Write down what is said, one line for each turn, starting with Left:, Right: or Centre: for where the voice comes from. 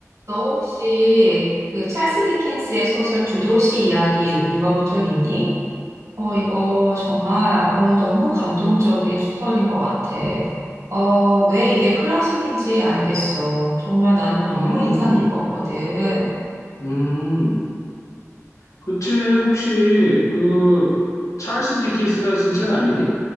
Right: 너 혹시 그 찰스 디킨스의 소설 두 도시 이야기 읽어본 적 있니? 어, 이거 정말 어, 너무 감동적인 소설인 것 같아. 어, 왜 이게 클래식인지 알겠어. 정말 나는 너무
Left: 음,
Right: 인상 깊었거든.
Left: 음. 그 책 혹시 그 찰스 디킨스가 쓴 책 아니니?